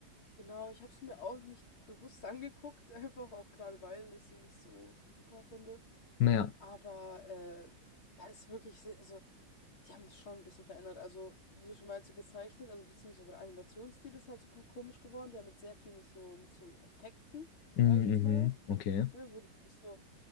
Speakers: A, on the left; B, on the left.
A: Genau, ich habe es mir auch nicht bewusst angeguckt, <laughs> einfach auch gerade weil ich sie nicht so super finde.
B: Naja.
A: Aber äh, da ist wirklich, se- also die haben das schon ein bisschen verändert. Also, wie du schon meinst, so gezeichnet, also beziehungsweise der Animationsstil ist halt super komisch geworden. Die haben jetzt sehr viel mit so, mit so Effekten, sage
B: Mhm,
A: ich jetzt
B: mhm,
A: mal,
B: okay.
A: ne, wo die sich so